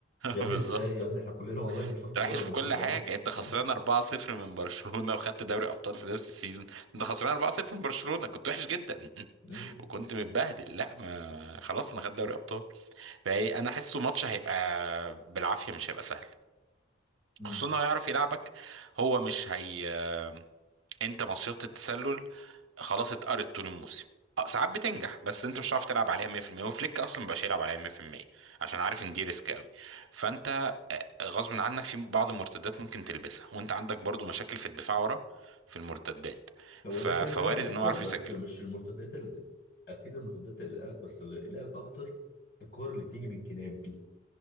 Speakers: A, on the left (about 60°); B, on the right (about 75°).
A: يا ابني
B: بالظبط
A: ازاي يا ابني احنا كلنا والله بنشوف
B: انت
A: كوره
B: وحش
A: وبنشوف
B: في كل
A: بعينينا
B: حاجه انت خسران
A: مم.
B: 4-0 من برشلونه وخدت دوري ابطال في نفس السيزون انت خسران 4-0 من برشلونه كنت وحش جدا
A: مم.
B: <laughs> وكنت متبهدل لا ما خلاص انا خدت دوري ابطال فايه انا حاسه ماتش هيبقى بالعافيه مش هيبقى سهل
A: مم.
B: خصوصا انه هيعرف يلعبك هو مش هي آه، انت مصيدة التسلل خلاص اتقرت طول الموسم آه، ساعات بتنجح بس انت مش هتعرف تلعب عليها 100% وفليك اصلا مبقاش يلعب عليها 100% عشان عارف ان دي ريسك قوي فانت آه، غصب عنك في بعض المرتدات ممكن تلبسها وانت عندك برضو مشاكل في الدفاع ورا في المرتدات
A: هو
B: ف...
A: ده
B: فوارد
A: كده كده هيحصل
B: انهم يعرفوا
A: بس
B: يسجلوا
A: مش المرتدات اللي... اكيد المرتدات اللي قلقك بس اللي قلقك اكتر الكور اللي بتيجي من الجناب دي